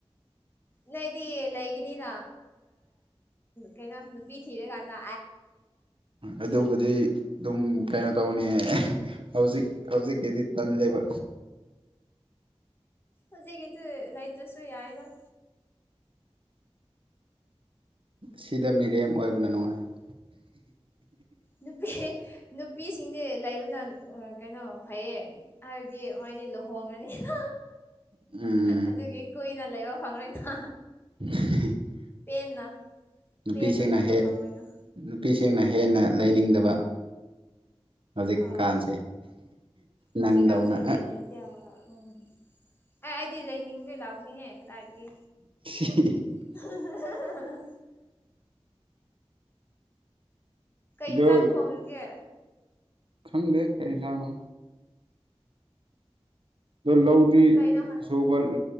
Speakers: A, on the left (about 20°); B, on the right (about 55°).
A: ꯅꯣꯏꯗꯤ ꯂꯩꯒꯤꯅꯤꯅ ꯀꯩꯅꯣ ꯅꯨꯄꯤ ꯊꯤꯔꯀꯥꯟꯗ
B: ꯑꯗꯨꯕꯨꯗꯤ ꯑꯗꯨꯝ ꯀꯩꯅꯣ ꯇꯧꯅꯤ ꯍꯧꯖꯤꯛ ꯍꯧꯖꯤꯛꯀꯤꯗꯤ ꯇꯜꯂꯦꯕ
A: ꯍꯧꯖꯤꯛꯀꯤꯗꯤ ꯂꯩꯇ꯭ꯔꯁꯨ ꯌꯥꯏꯔ
B: ꯁꯤꯗ ꯃꯤꯔꯦꯝ ꯑꯣꯏꯕꯅ ꯅꯨꯡꯉꯥꯏꯕ
A: ꯅꯨꯄꯤ ꯅꯨꯄꯤꯁꯤꯡꯗꯤ ꯂꯩꯕꯅ ꯀꯩꯅꯣ ꯐꯩꯌꯦ ꯍꯥꯏꯕꯗꯤ ꯃꯥꯏꯗꯤ ꯂꯨꯍꯣꯡꯉꯅꯤꯅ
B: ꯎꯝ
A: ꯑꯗꯨꯒꯤ ꯀꯨꯏꯅ ꯂꯩꯕ ꯐꯪꯉꯣꯏꯅ
B: <unintelligible>
A: <unintelligible>
B: ꯅꯨꯄꯤꯁꯤꯡꯅ
A: ꯄꯦꯟꯅ ꯂꯩꯕ
B: ꯍꯦꯛ
A: ꯐꯪꯉꯣꯏꯅ
B: ꯅꯨꯄꯤꯁꯤꯡꯅ ꯍꯦꯟꯅ ꯂꯩꯅꯤꯡꯗꯕ ꯍꯧꯖꯤꯛꯀꯥꯟꯁꯦ
A: ꯑꯥ ꯍꯧꯖꯤꯛꯀꯥꯟꯁꯦ
B: ꯅꯪꯗꯧꯅ
A: <unintelligible> ꯑꯦ ꯑꯩꯗꯤ ꯂꯩꯅꯤꯡꯃ ꯀꯩ ꯂꯥꯛꯅꯤꯅꯦ ꯀꯗꯥꯏꯗꯒꯤ
B: <unintelligible>
A: <unintelligible> ꯀꯩ
B: ꯑꯗꯣ
A: ꯏꯟꯁꯥꯡ ꯊꯣꯡꯉꯒꯦ
B: ꯈꯪꯗꯦ ꯀꯩ ꯏꯁꯥꯡꯅꯣ ꯑꯗ ꯂꯧꯗꯤ
A: ꯀꯩꯅꯣ ꯍꯥꯏꯔꯣ
B: ꯁꯨꯕ